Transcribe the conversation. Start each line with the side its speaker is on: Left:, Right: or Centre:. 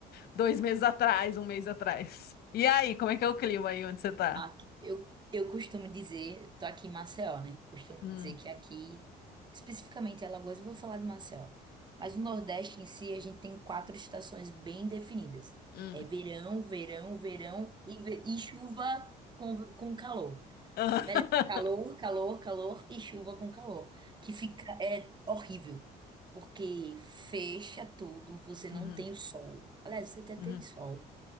Left: dois meses atrás, um mês atrás. E aí, como é que é o clima aí onde você tá?
Right: Aqui, eu, eu costumo dizer, tô aqui em Maceió, né? Costumo
Left: Hum,
Right: dizer que aqui, especificamente em Alagoas, eu vou falar de Maceió. Mas o Nordeste em si, a gente tem quatro estações bem definidas.
Left: hum.
Right: É verão, verão, verão e, ve- e chuva com, com calor.
Left: <laughs>
Right: Melhor, calor, calor, calor e chuva com calor. Que fica, é horrível. Porque fecha tudo, você não
Left: Uhum,
Right: tem o sol. Aliás, você até tem
Left: uhum,
Right: sol